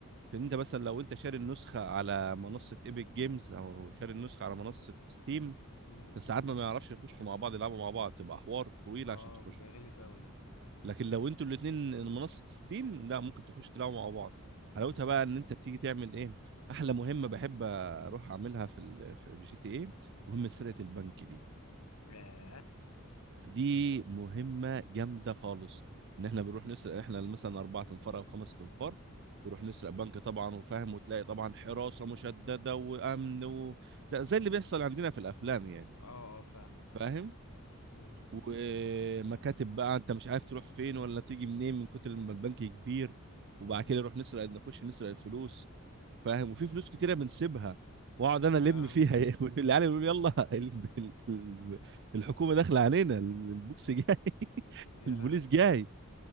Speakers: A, on the right; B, on the left.
A: في ان انت مثلا لو انت شاري النسخه على منصه ايبك جيمز او شاري النسخه على منصه ستيم
B: مم.
A: فساعات ما بيعرفش يخشوا مع بعض يلعبوا مع بعض تبقى حوار طويل
B: اه
A: عشان تخش
B: بيبقى غلس قوي ده
A: لكن لو انتوا الاثنين منصه ستيم لا ممكن تخش تلعبوا مع بعض حلاوتها
B: مم.
A: بقى ان انت بتيجي تعمل ايه احلى مهمه بحب اروح اعملها في ال... في جي تي ايه مهمه سرقه البنك دي
B: ياه
A: دي مهمه جامده خالص ان احنا
B: مم.
A: بنروح نسرق احنا مثلا اربعة انفار او خمسة انفار بنروح نسرق بنك طبعا وفاهم وتلاقي طبعا حراسه مشدده وامن و... ده زي اللي بيحصل عندنا في الافلام يعني
B: اه اه فاهمك
A: فاهم
B: مم.
A: ومكاتب بقى انت مش عارف تروح فين ولا تيجي منين من كتر ما البنك كبير وبعد
B: مم.
A: كده نروح نسرق نخش نسرق الفلوس فاهم وفي فلوس كتيره بنسيبها واقعد انا الم
B: يا لهوي
A: فيها <laughs> العيال يقولوا لي يلا ال- ال- ال- الحكومه داخله علينا البوكس جاي <laughs>
B: يا
A: البوليس
B: لهوي
A: جاي